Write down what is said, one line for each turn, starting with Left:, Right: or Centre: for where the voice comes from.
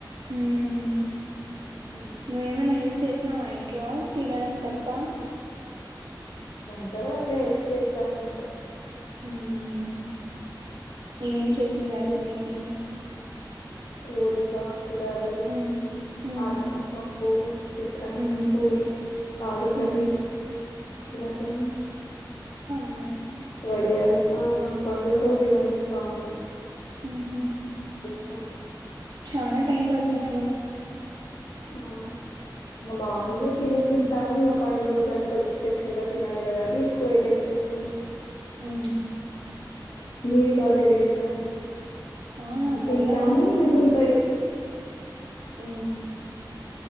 Right: హ్మ్
Left: ఉమ్.
Right: నువ్ ఏమనా హెల్ప్ చేస్ ఉన్నావా ఇంట్లో తినడం తప్ప
Left: వంటల్లు అట్లా హెల్ప్ చేస్తా కొంచెం
Right: హ్మ్ ఏమేం చేసింది
Left: ఇవి
Right: అంట నీకి
Left: పోలిగా కూడాలు,
Right: మ్మ్ మ్మ్
Left: అన్నం, పప్పు, చిత్రాన్నం,
Right: మ్మ్
Left: పూరి, ఆలు, కర్రీ,
Right: ఉహు.
Left: రసం.
Right: అ
Left: వడియాల ఆ పండుగ రోజు ఇవన్నీ కామన్
Right: ఆమ్
Left: త్త
Right: చనా టైం పడుతుంది మగ
Left: ఆ మాముూలు
Right: ఉహు.
Left: తినే తింత తంటాము ఇంకా పండుగ రోజన్నా కొద్ది స్పెషల్ గా తినాలి కదా అని ఎక్కువ ఐటెమ్స్ చేస్తాం
Right: హమ్
Left: మీది బాగా జరిగిందా
Right: ఆ పర్లే
Left: తింటాము
Right: బానే
Left: మిగుంటాయి
Right: అ